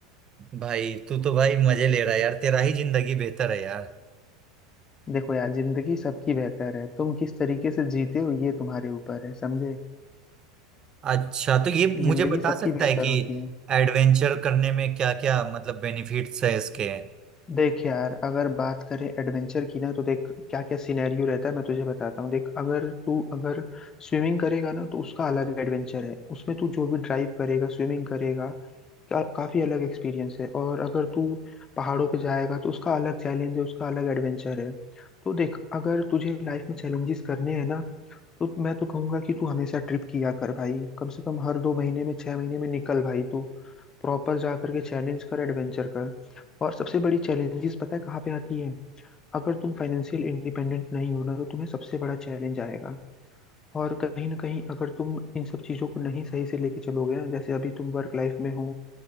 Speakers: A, on the right (about 30°); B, on the left (about 25°).
A: भाई तू तो भाई मजे ले रहा है यार तेरा ही जिंदगी बेहतर है यार
B: देखो यार जिंदगी सबकी बेहतर है तुम किस तरीके से जीते हो ये तुम्हारे ऊपर है समझे
A: अच्छा तो ये मुझे
B: जिंदगी
A: बता
B: सबकी
A: सकता
B: बेहतर
A: है कि
B: होती है
A: एडवेंचर करने में क्या क्या मतलब बेनिफिट्स है इसके
B: देख यार अगर बात करें एडवेंचर की ना तो देख क्या क्या सिनेरियो रहता है मैं तुझे बताता हूँ देख अगर तू अगर स्विमिंग करेगा ना तो उसका अलग एडवेंचर है उसमें तू जो भी ड्राइव करेगा स्विमिंग करेगा का, काफी अलग एक्सपीरियंस है और अगर तू पहाड़ों पे जाएगा तो उसका अलग चैलेंज है उसका अलग एडवेंचर है तो देख अगर तुझे लाइफ में चैलेंजेस करने हैं ना तो मैं तो कहूंगा कि तू हमेशा ट्रिप किया कर भाई कम से कम हर दो महीने में छह महीने में निकल भाई तू प्रॉपर जा करके चैलेंज कर एडवेंचर कर और सबसे बड़ी चैलेंजेस पता है कहाँ पे आती है अगर तुम फाइनेंशियल इंडिपेंडेंट नहीं हो ना तो तुम्हें सबसे बड़ा चैलेंज आएगा और कहीं ना कहीं अगर तुम इन सब चीज़ों को नहीं सही से लेके चलोगे ना जैसे अभी तुम वर्क लाइफ में हो